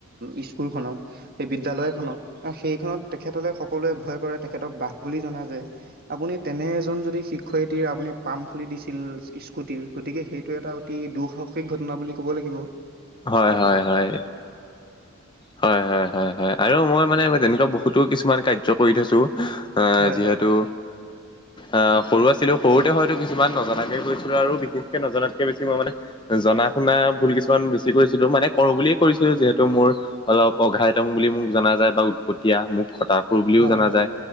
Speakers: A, on the right; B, on the left.
A: এই স্কুল খনত এই বিদ্যালয় খনত বা সেই ধৰক তেখেতলে সকলোৱে ভয় কৰে, তেখেতক বাঘ বুলি জনা যায়। আপুনি তেনে এজন যদি শিক্ষয়িত্ৰী আপুনি পাম্প খুলি দিছিল স্কুটিৰ, গতিকে সেইটো এটা তি দুঃসাহসিক ঘটনা বুলি ক'ব লাগিব।
B: হয়
A: বৰ্তা।
B: হয় হয় হয় হয় হয় হয় আৰু মই মানে তেনেকুৱা বহুতো কিছুমান কাৰ্য কৰি থৈছো। আহ
A: হয়
B: যিহেতু,
A: হয়
B: আহ সৰু আছিলো সৰুতে হয়তো কিছুমান নজনাকে কৰিছিলোঁ, আৰু বিশেষকে নজনাতকে বেছি মই মানে জনা শুনা ভুল কিছুমান বেছি কৰিছিলো, মানে কৰো বুলিয়ে ক কৰিছিলো। যিহেতু মোৰ অলপ অঘাইতং বুলি মোক জনা যায় বা উৎপতিয়া মোক খটা খুৰ বুলিও
A: হয়
B: জনা
A: হয়
B: যায়,